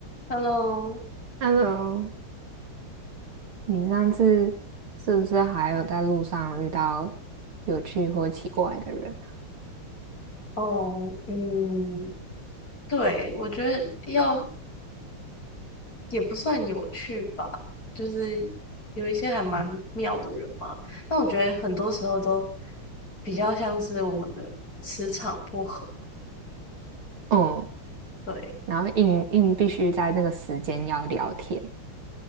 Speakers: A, on the left; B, on the right.
A: Hello，
B: Hello，你上次是不是还有在路上遇到有趣或奇怪的人？
A: 哦，嗯，对，我觉得要也不算有趣吧，就是有一些还蛮妙的人嘛。但我觉得很多时候都比较像是我们的磁场不合。
B: 嗯，
A: 对，
B: 然后硬硬必须在那个时间要聊天，